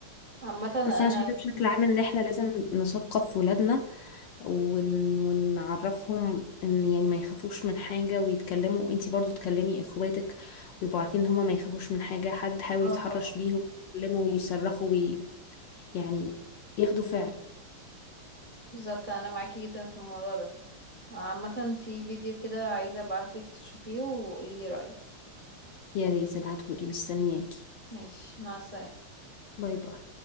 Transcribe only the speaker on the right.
عامة انا
في
اه
طبعا
بالظبط انا معاكي جدا في الموضوع ده عامة في فيديو كده عايزة ابعتلك تشوفيه وقولي رأيك
ماشي مع السلامة